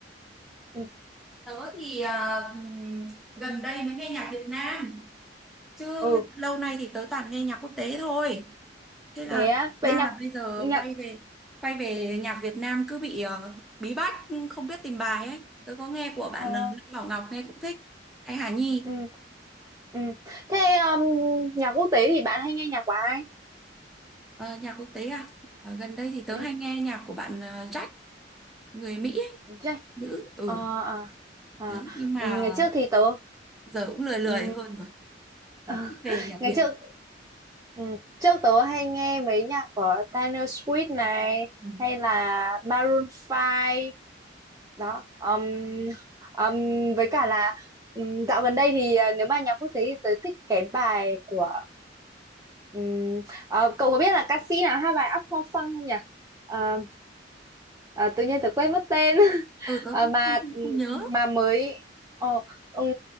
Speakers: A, on the right; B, in the centre.
A: Ừ,
B: Tớ thì à, gần đây mới nghe nhạc Việt Nam chứ
A: ừ
B: lâu nay thì tớ toàn nghe nhạc quốc tế thôi. Thế là
A: thế á. Vậy
B: ra
A: nhạc
B: là bây giờ
A: nhạc
B: quay về quay về nhạc Việt Nam cứ bị ờ, bí bách không biết tìm bài ấy. Tớ có nghe của bạn
A: ờ,
B: ờ, Lê Bảo Ngọc nghe cũng thích hay Hà Nhi
A: ừ ừ thế um, nhạc quốc tế thì bạn hay nghe nhạc của ai
B: Ờ, nhạc quốc tế à. Ờ, gần đây thì tớ
A: ừ
B: hay nghe nhạc của bạn ờ, Jack người Mỹ ấy,
A: Jack
B: nữ ừ
A: ờ, à, à.
B: đấy nhưng mà
A: Ừ, ngày trước thì tớ
B: giờ cũng lười lười
A: ừ,
B: hơn rồi giờ
A: Ờ,
B: thích về nhạc
A: ngày
B: Việt.
A: trước ừ, trước tớ hay nghe mấy nhạc của Taylor Swift này
B: Ừ,
A: hay là Maroon Five đó um, um, với cả là um, dạo gần đây thì à, nếu mà nhạc quốc tế thì tớ thích cái bài của um, ờ, cậu có biết là ca sĩ nào hát bài Uptown Funk không nhỉ Ờ, Ờ, tự nhiên tớ quên mất tên <laughs>
B: ừ tớ
A: Ờ,
B: cũng
A: mà
B: không, không, không nhớ
A: mà mới ờ, ừm,